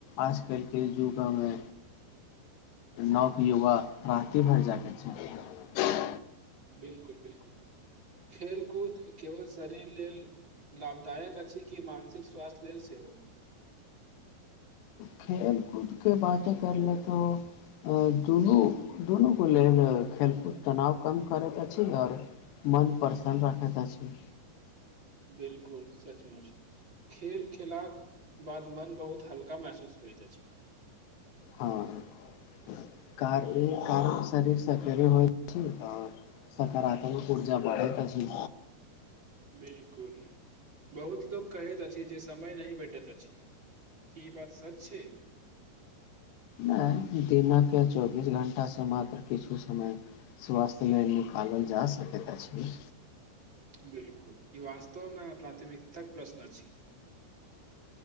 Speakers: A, on the left; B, on the right.
A: आज कलके युगमे नव युवा राति भरि जागै छै
B: बिलकुल बिलकुल खेलकूद केवल शरीर लेल लाभदायक अछि कि मानसिक स्वास्थ्य लेल सेहो
A: खेलकूदके बाते कर ले तऽ दुनू दुनूके लेल खेलकूद तनाव कम करैत अछि आओर मन प्रसन्न राखैत अछि
B: बिलकुल सचमुच खेल खेलाक बाद मन बहुत हल्का महसूस होइत अछि
A: हँ ह कार ई कारण शरीर सकेरे होइ छै आ सकारात्मक ऊर्जा बढ़ैत अछि
B: बिलकुल बहुत लोक कहैत अछि जे समय नहि भेटैत अछि की ई बात सच छै
A: नहि दिनके चौबीस घण्टासँ मात्र किछु समय स्वास्थ्य लेल निकालल जा सकैत अछि
B: बिलकुल ई वास्तवमे प्राथमिकताक प्रश्न छी